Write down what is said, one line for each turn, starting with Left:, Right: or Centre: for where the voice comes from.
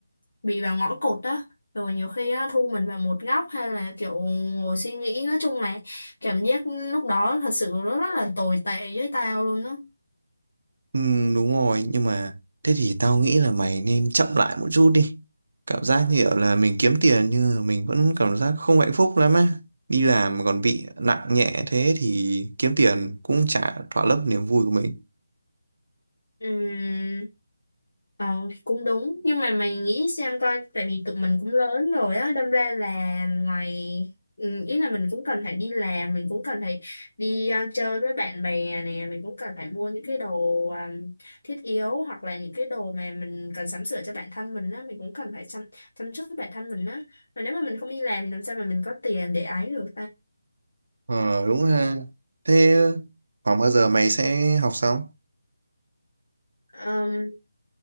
Left: Bị vào ngõ cụt á Rồi nhiều khi á thu mình vào một góc Hay là kiểu ngồi suy nghĩ Nói chung là cảm giác lúc đó thật sự nó rất là tồi tệ với tao luôn á
Right: Ừ, đúng rồi nhưng mà thế thì tao nghĩ là mày nên chậm lại một chút đi cảm giác như kiểu là mình kiếm tiền nhưng mà mình vẫn cảm giác không hạnh phúc lắm á đi làm mà còn bị nặng nhẹ thế thì kiếm tiền cũng chả thỏa lấp niềm vui của mình
Left: Ừm, Ờ cũng đúng nhưng mà mày nghĩ xem coi tại vì tụi mình cũng lớn rồi á đâm ra là ngoài ừ, ý là mình cũng cần phải đi làm mình cũng cần phải đi ờ, chơi với bạn bè nè mình cũng cần phải mua những cái đồ ờ, thiết yếu hoặc là những cái đồ mà mình cần sắm sửa cho bản thân mình á mình cũng cần phải chăm chăm chút bản thân mình á mà nếu mà mình không đi làm thì làm sao mà mình có tiền để ấy được
Right: ờ đúng ha thế khoảng bao giờ mày sẽ học xong
Left: ta